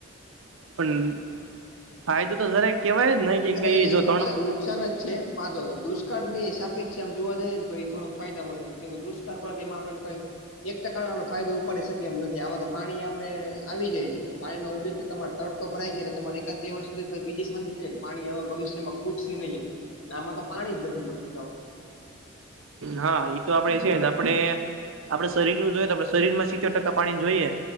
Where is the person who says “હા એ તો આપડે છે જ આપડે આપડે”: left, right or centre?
Right